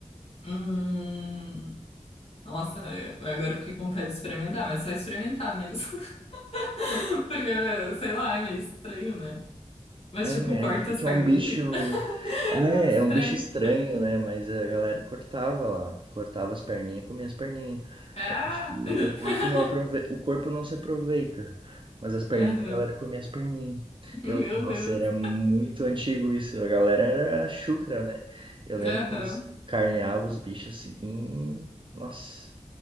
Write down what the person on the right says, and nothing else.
É,
é
que
é um bicho.
É,
é um bicho estranho, né? Mas a galera cortava lá. Cortava as perninhas, comia as perninhas.
Aí eu Acho que o,
o corpo não aprove... o corpo não se aproveita. Mas as perninhas,
a galera comia as perninhas.
Eu... Nossa,
era muito antigo isso. A galera era chucra, né? Eu lembro
que eles carneavam os bichos assim. Nossa.